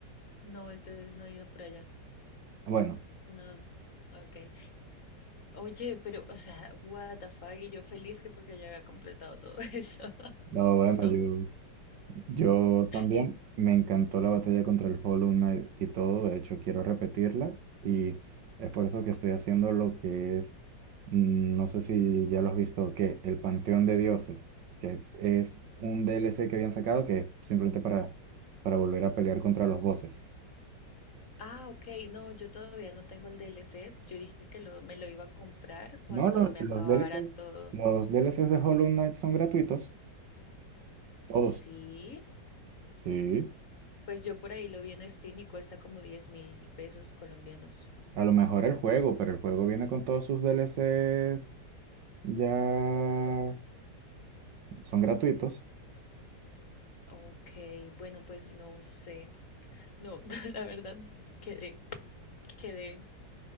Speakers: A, on the left; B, on the right.
A: No, entonces no he ido por allá.
B: Bueno,
A: No, ok. Oye, pero, o sea, what the fuck, y yo feliz que porque ya había completado todo <laughs> eso.
B: no, bueno,
A: No.
B: yo... Yo también
A: Y,
B: me encantó la batalla contra el Hollow Knight y todo, de hecho quiero repetirla y es por eso que estoy haciendo lo que es, mm, no sé si ya lo has visto, que el Panteón de Dioses, que es un DLC que habían sacado que es simplemente para, para volver a pelear contra los bosses.
A: ah, ok, no, yo todavía no tengo el D L C Yo dije que lo, me lo iba a comprar cuando
B: No, lo-
A: me
B: los
A: acabara
B: DLC,
A: todo.
B: los DLCs de Hollow Knight son gratuitos, todos.
A: Sí,
B: Sí,
A: pues yo por ahí lo vi en Steam y cuesta como diez mil pesos colombianos.
B: a lo mejor el juego, pero el juego viene con todos sus DLCs ya son gratuitos.
A: Ok, bueno, pues no sé. No, <laughs> la verdad, quedé, quedé